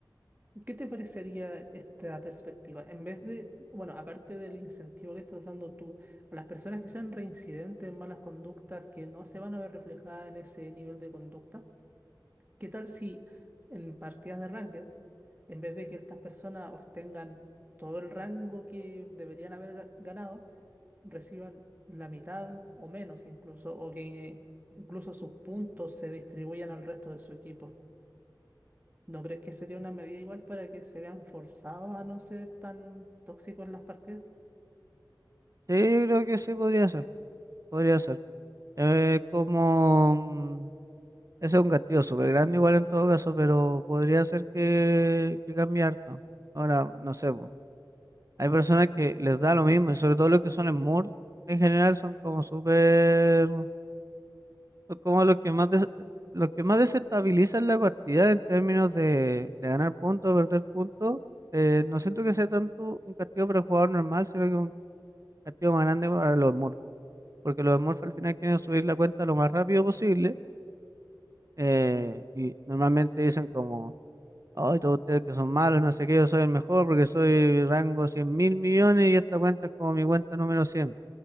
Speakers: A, on the right (about 25°); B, on the right (about 45°).
A: ¿Qué te parecería esta perspectiva? En vez de, bueno, aparte del incentivo que estás dando tú a las personas que sean reincidentes en malas conductas, que no se van a ver reflejadas en ese nivel de conducta, ¿qué tal si en partidas de Ranked, en vez de que estas personas obtengan todo el rango que deberían haber ga- ganado, reciban la mitad o menos incluso, o que incluso sus puntos se distribuyan al resto de su equipo? ¿No crees que sería una medida igual para que se vean forzados a no ser tan tóxicos en las partidas?
B: Sí, yo creo que sí podría ser, podría ser. Eh, como... mm, Ese es un castillo súper grande igual en todo caso, pero podría ser que, que cambie harto. Ahora, no sé, po. Hay personas que les da lo mismo, y sobre todo los que son Smurfs, en general son como súper, son como los que más des- los que más desestabilizan la partida en términos de, de ganar puntos, perder puntos. Eh, no siento que sea tanto un castigo para el jugador normal, sino que un castigo más grande para los Smurfs, porque los Smurfs al final quieren subir la cuenta lo más rápido posible, eh, y normalmente dicen como Ay, todos ustedes que son malos, no sé qué, yo soy el mejor porque soy rango cien mil millones y esta cuenta es como mi cuenta número cien